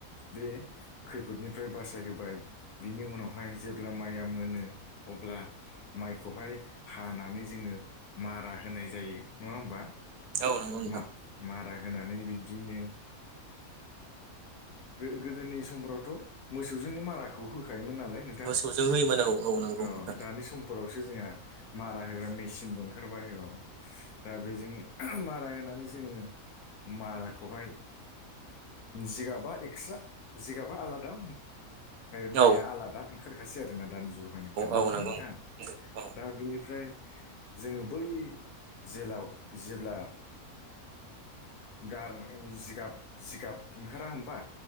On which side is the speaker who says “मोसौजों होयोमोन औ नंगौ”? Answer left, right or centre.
Right